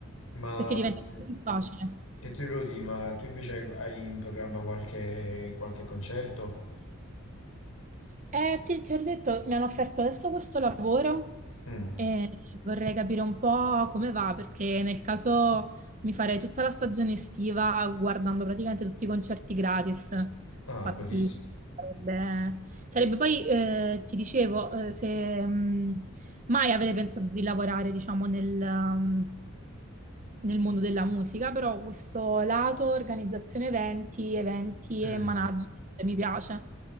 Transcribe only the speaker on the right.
perché diventa
più facile.
Eh, ti, ti ho detto, mi hanno offerto adesso questo lavoro
e vorrei capire un po' come va, perché nel caso mi farei tutta la stagione estiva guardando praticamente tutti i concerti gratis. Infatti,
sarebbe, sarebbe poi, eh, ti dicevo, eh, se, mh, Mai avrei pensato di lavorare, diciamo, nel, um, nel mondo della musica, però questo lato organizzazione eventi, eventi
e management mi piace.